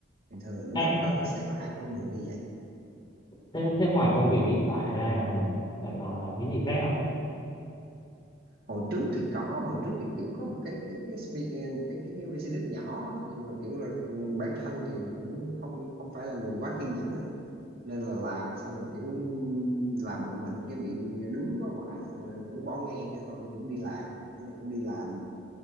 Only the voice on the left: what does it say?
khác
đâu.
thế thế ngoài công việc hiện tại ra bạn còn làm cái gì khác